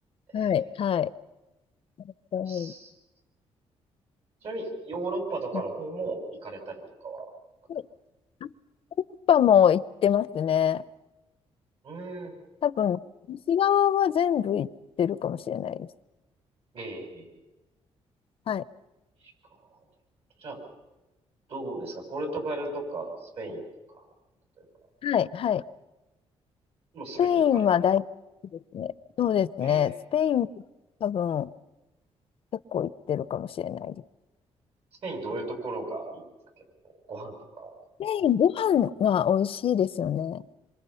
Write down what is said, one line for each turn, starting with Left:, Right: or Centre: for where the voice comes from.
Right: ええ考
Left: はい。はい。うん。
Right: えます。ちなみに、ヨーロッパとかの方も行かれたりとかはあったんですか
Left: やっぱりあヨーロッパも行ってますね。
Right: うん。
Left: 多分、西側は全部行ってるかもしれないです。
Right: ええ
Left: はい。
Right: しかもじゃあ、どうですかポルトガルとか、スペインとか、例えば、
Left: はい。はい。
Right: もうすべて行かれてる。
Left: スペインは大好きですね。そうですね。
Right: ええ
Left: スペインは多分、結構行ってるかもしれないです。
Right: スペインどういうところがいいんですか結構、ご飯とか。
Left: スペイン、ご飯が美味しいですよね。